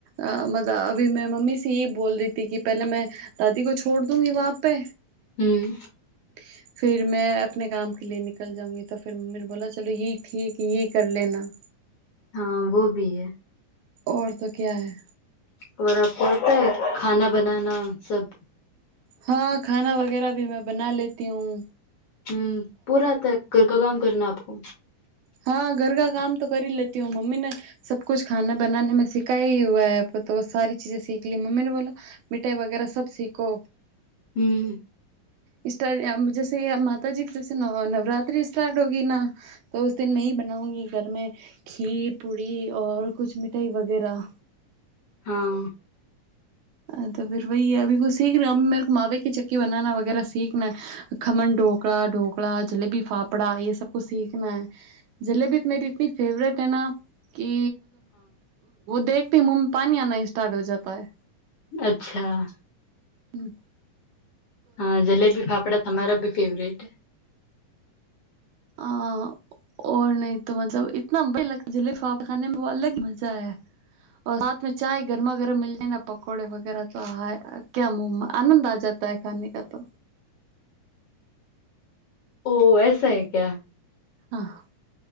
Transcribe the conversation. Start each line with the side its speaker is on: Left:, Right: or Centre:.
Right: અ માત અ અભી મેં મમ્મી સે યે બોલ રહી થી કે પહેલે મેં દાદી કો છોડ દુંગી વહા આપે.
Left: હમ.
Right: <unintelligible> ફિર મેં આપને કામ કે લીયે નિકલ જાઉંગી તો ફિર મમ્મીને બોલા ચલો યે ઠીક ‌યે કર લેના.
Left: હા -વો ભી હૈ
Right: ઔર તો ક્યા હૈ.
Left: ઔર આપકો આતા હે ખાના બનાના સબ
Right: હા ખાના વગેરા ભી મે બના લેતી હું
Left: હમ પૂરા આતા હૈ ઘર કા કામ કરના આપકો.
Right: હા ઘર કા કામ તો ક રી લેતી હું મમ્મી ને સબ કુછ ખાના બનાને મે શિખાયા હુઆ હૈ તો સારી ચીજે શીખ લી મમ્મીને બોલા. મીઠાઈ વગેરે સબ શીખો.
Left: હમ.
Right: ઈસ ર્ટ જે સે અ માતાજી જે સે નવ નવરાત્રી સ્ટાર્ટ હોગી ના તો તો મે હીં બનાઉ હોગી ઘરમે ખીર પૂડી ઓર કુછ મિઠાઈ વગેરા.
Left: હા
Right: હા તો ફિર વહી હે અભી કોઈ શીખ રહી મેરે કો માાવે કી ચક્કી બનાના વગેરે શીખના હૈ. ખમન ઢોકળા ઢોકળા જલેબી ફાફડા એ સબક સીખના હ જલેબી મેરી તની ફેવરેટ હૈ કે દેખતી મુહ પણી આના સ્ટાર્ટ હો જતા હ
Left: અચ્છા
Right: હમ.
Left: હા જલેબી ફાફડા તમારા ભી ફેવરેટ
Right: આ ઓર નહીં તો મતલબ ઈતના બે જલે ખાને અલગ મજા હૈ. સાથમે ચાય ગરમા ગરમ મ હે ના પકોડે વગેરા તો હાય હા ક્યા મો આનંદ આ જતા હૈ ખાને કા તો.
Left: ઓ એસાા હૈ ક્યા
Right: હા